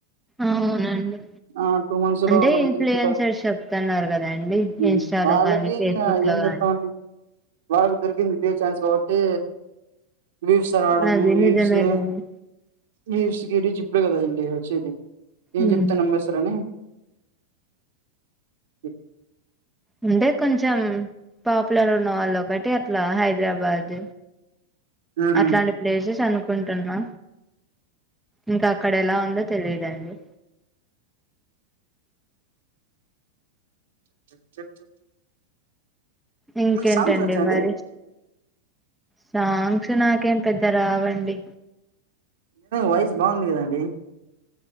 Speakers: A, in the centre; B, on the right (about 60°).
A: అవునండి
B: ఆ టూ మంత్స్
A: అంటే
B: లో మనకి
A: ఇన్ఫ్లుయెన్సెస్
B: ఈజీగా
A: చెప్తున్నారు కదండి
B: ఉమ్,
A: ఇన్స్టాలో
B: వాళ్ళకి
A: కానీ ఫేస్బుక్
B: ఇంకా ఏం
A: లో
B: చెప్తామండి
A: కానీ
B: వాళ్ళకి దొరికింది ఇదే ఛాన్స్ కాబట్టి వ్యూస్ రావాదము
A: అది
B: వ్యూస్
A: నిజమేలేండి
B: తో వ్యూస్ కి రిచ్ ఇప్పుడే కద ఇంగ వచ్చేది చ్చది ఏం
A: ఉమ్.
B: చెపుతే నమ్మేస్తరని అ <unintelligible>
A: ఉంటే కొంచెం పాపులర్ ఉన్నవాళ్ళు ఒకటి అట్లా హైప్ హైదరాబాద్
B: ఉమ్
A: అట్లాంటి ప్లేసెస్ అను కుంటున్నా ఇంకా అక్కడ ఎలా ఉందో తెలియదండి
B: <unintelligible>
A: ఇంకేంటండి
B: మీకు సాంగ్స్ వచ్చాండి
A: మరి సాంగ్స్ నాకేం పెద్ ఇంక రావండి
B: వాయిస్ బాగుంది కదండి